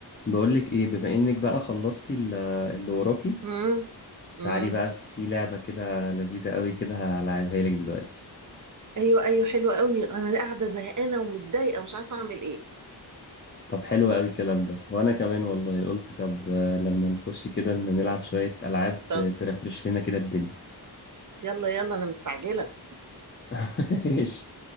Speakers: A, on the left; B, on the right.
A: بقولك ايه بما انك بقى خلصتي ال- اللي وراكي
B: امم امم
A: تعالي بقى في لعبة كده لذيذة قوي كده هلعبها لك دلوقتي
B: ايوه ايوه حلوه قوي انا قاعده زهقانه ومتضايقه ومش عارفه اعمل ايه
A: طب حلو قوي الكلام ده وانا كمان والله قلت طب آه، لما نخش كده ن- نلعب شوية العاب
B: طب
A: ت- ترفرش لنا كده الدنيا
B: يلا يلا انا مستعجله
A: <laughs> ماشي